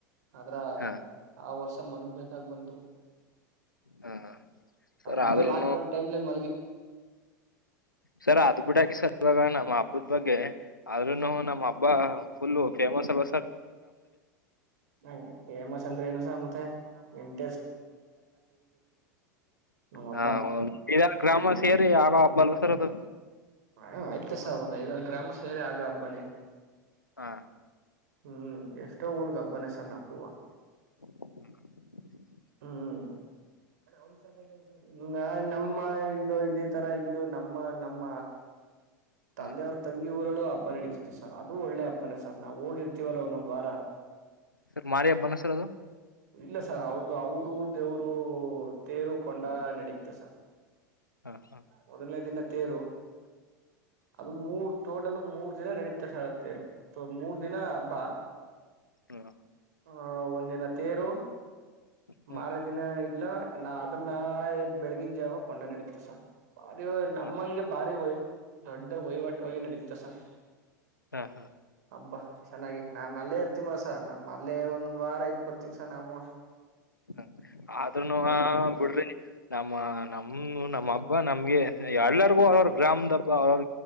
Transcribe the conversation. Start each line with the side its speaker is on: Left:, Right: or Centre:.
Right: ಅದ್ರ
Left: ಹಾ
Right: ಆ ವರ್ಷ ಮನ್ಗ್ಬೇಕಾಗ ಬಂತು
Left: ಹಾ ಸರ್
Right: ಅದಬಿಟ್ರ
Left: ಆದ್ರೂನು
Right: ಲಾಕ್ಡೌನ್ ಟೈಮ್ಲೆ <inaudible>
Left: ಸರ್ ಅದ ಬಿಿಟ್ಟಾಕಿ ಸರ್ ಇವಾಗ ನಮ್ಮ ಹಬ್ಬದ್ ಬಗ್ಗೆ ಆದ್ರೂನು ನಮ್ಮ ಹಬ್ಬಾ ಫುಲ್ ಫೇಮಸ್ ಅಲ್
Right: ಯ್ ಫೇಮಸ್ ಅಂದ್ರೆ ಏನುಸ ಮತ್ತ <unintelligible> ಮತ್ತ ಎ ನಮ್ ಹಬ್ಬ
Left: ಹ ಹ ಗ್ರಾಮ ಸೇರಿ ಆಗ ಹಬ್ಬಲ್ಲ ರದ <inaudible>
Right: ಹ ಆಯ್ತ ಸರ್ ಒಂದು ಐದು ಆರು ಗ್ರಾಮಸ್ವೇರೆ ಆಗ ಹಬ್ಬನೇ
Left: ಹಾ
Right: ಹ್ಮ್ ಎಷ್ಟೋ ಊರ್ಗ್ ಹಬ್ಬನ ಸರ್ ನಮ್ದುವ
Left: ಹು
Right: ಹ್ಮ್ ಅಣ ಒಂದ್ಸಂದ ನ ನ ನಮ್ಮ ಇದು ಇದ ಈ ತರ ಇಲ್ಲೂ ನಮ್ಮ ನಮ್ಮ ತಂದೆಯವ್ರ
Left: ಹ್ಮ
Right: ತಂಗಿ ಊರಲ್ಲೂ ಅಪ್ ಹಬ್ಬ ನಡೀತುತ್ತ ಸರ್ ಅದು ಒಳ್ಳೆ ಹಬ್ಬನೇ ಸರ್ ನಾವ್ ಹೋಗಿರ್ತೀವಲ್ಲ ಒಂದೊಂದ್ ವಾರ
Left: ಸರ್ ಮಾರಿ ಹಬ್ಬನ ಸರ್ ಅದು
Right: ಇಲ್ಲ ಸರ್ ಅವ್ರ ಅವ್ರಊರು ದೇವರು ತೇರು ಕೊಂಡ ನಡೆಯುತ್ತೆ ಸರ್
Left: ಹ ಹ
Right: ಮೊದಲನೇ ದಿನ ತೇರು ಅದು ಮೂರ್ ಟೋಟಲ್ ಮೂರ್ ದಿನ ನಡೀತಾ ಸಾರ್ ತೇರು ಮೂರ್ ದಿನ ಹಬ್ಬಾ
Left: ಹ್ಮ್
Right: ಹ ಒಂದಿನ ತೇರು
Left: ಹ್ಮ್
Right: ಮಾರ ದಿನ ಇಲ್ಲ ನಾ ಅದನ್ನ ನಾಳೆ ಬೆಳಿಗಿನ ಜಾವ ಕೊಂಡ ನಡೀತು ಸಾರ್ ಭಾರಿ ನಮ್ಮಂಗೆ
Left: ಹ
Right: ಭಾರಿ ವೈ ದೊಡ್ಡ ವಹಿವಾಟುವಾಗ ನಡೆಯುತ್ತಾ ಸರ್
Left: ಹಾ ಹಾ
Right: ಹಬ್ಬಾ ಚೆನ್ನಾಗಿ ನಾನ್ ಅಲ್ಲೇ ಇರ್ತಿಮ ಸರ್ ನಮ್ಮ ಅಲ್ಲೇ ಒಂದೊಂದ್ ವಾರ ಇದ್ ಬರ್ತೀನಿ ಸ್ ಸ್ ನಾವು
Left: ಹ ಆದ್ರೂನು
Right: ಈಗ
Left: ಆ ಬಿಡ್ರಿ ನಮ್ಮ ನಮ್ಮ ನಮ್ಮ ಹಬ್ಬ ನಮ್ಗೆ ಇಲ್ರುಗು ಅವ್ರವ ಗ್ರಾಮದ ಹಬ್ಬ ಅವ್ರವ